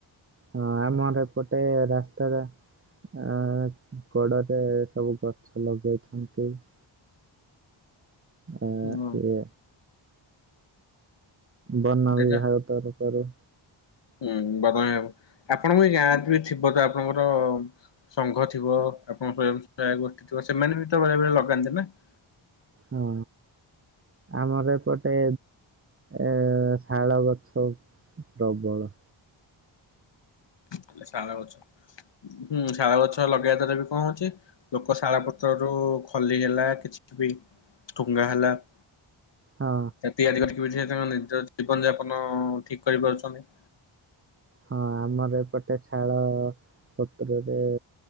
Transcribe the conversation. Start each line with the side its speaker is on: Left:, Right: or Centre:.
Right: ହଁ ଆମର ଏପଟେ ରାସ୍ତାରେ ଆ କଡରେ ସବୁ ଗଛ ଲଗେଇଛନ୍ତି । ଆ
Left: ହୁଁ
Right: କିଏ ବନ
Left: ଦେଖା
Right: ବିଭାଗ ତରଫରୁ
Left: ହୁଁ ବଦମ ହବ ଆପଣଙ୍କ ଏଇ ଗାଁରେ ବେ ଥିବ ତ ଆପଣଙ୍କର ସଙ୍ଘ ଥିବ । ଆପଣଙ୍କ ସ୍ଵୟଂ ସହାୟକ ଗୋଷ୍ଠୀ ଥିବ ସେମାନେ ବି ତ ବେଳେବେଳେ ଲଗାନ୍ତି ନା ।
Right: ହଁ ଆମର ଏପଟେ ଏ ଶାଳ ଗଛ ପ୍ରବଳ।
Left: ହେଲେ ଶାଳ ଗଛ ହୁଁ ଶାଳ ଗଛ ଲଗେଇବା ଦ୍ଵାରା ବି କଣ ହଉଛି ଲୋକ ଶାଳ ପତ୍ର ରୁ ଖଲି ହେଲା କିଛି ବି ଟୁଙ୍ଗା ହେଲା ।
Right: ହଁ
Left: ତା ତିଆରି କରି ବୁଝିବା ଚାହୁଛନ୍ତି ନିଜ ଜୀବନ ଯାପନ ଠିକ କରିପାରୁଛନ୍ତି ।
Right: ହଁ ଆମର ଏପଟେ ଶାଳ ପତ୍ରରେ